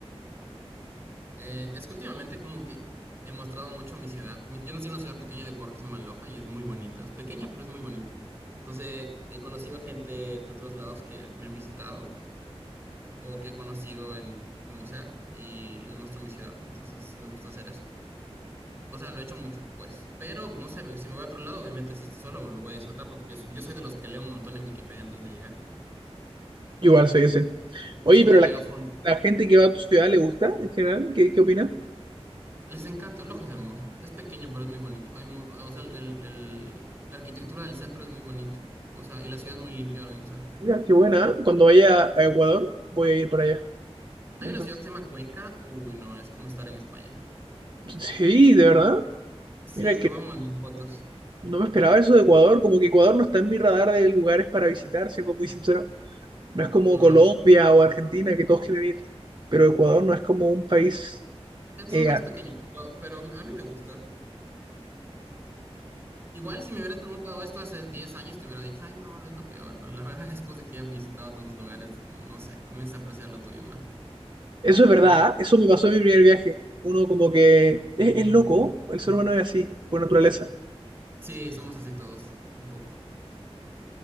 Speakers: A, on the right; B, on the right.
A: Eh, es que últimamente como que he mostrado mucho mi ciudad. Mi- Yo nací en una ciudad pequeña de Ecuador que se llama Loja y es muy bonita. Es pequeña, pero es muy bonita. Entonces he conocido gente de otros lados que me han visitado o que he conocido en como sea y les muestro mi ciudad. Entonces me gusta hacer eso. O sea, lo he hecho mucho, pues. Pero no sé, me- si me voy a otro lado, obviamente si estoy solo lo voy a disfrutar porque yo, yo soy de los que leo un montón en Wikipedia antes de llegar.
B: Yo Igual soy ese. Oye,
A: Sí,
B: pero
A: me leo
B: la, gen-
A: fondo.
B: la gente que va a tu ciudad le gusta en general, ¿qué, qué opina?
A: Les encanta, Loja es hermoso. Es pequeño, pero es muy bonito. Hay mu- o sea, el- el- el- la arquitectura del centro es muy bonita. O sea, y la ciudad es muy limpia y organizada.
B: Mira, qué buena. ¿eh? Cuando vaya a Ecuador, voy a ir para allá.
A: Hay
B: Entonces,
A: una ciudad que se llama Cuenca. Uy, no, es como estar en España.
B: <laughs> sí, de verdad.
A: Sí,
B: Mira
A: te
B: que
A: voy a mandar fotos.
B: no me esperaba eso de Ecuador, como que Ecuador no está en mi radar de lugares para visitar, siendo muy sincero. No es como
A: No.
B: Colombia o Argentina, que todos quieren ir, pero Ecuador no es como un país...
A: Es que
B: eh,
A: es un país pequeño, pero, pero a mí me gusta. Igual si me hubieras preguntado esto hace 10 años, te hubiera dicho, ay, no, no es lo peor. Pero la verdad, <laughs> después de que he visitado tantos lugares, no sé, comienza a apreciar lo tuyo más.
B: Eso es
A: Ajá.
B: verdad, ¿eh? Eso me pasó en mi primer viaje. Uno como que es, es loco, el ser humano es así, por naturaleza.
A: Sí, somos así todos, un poco.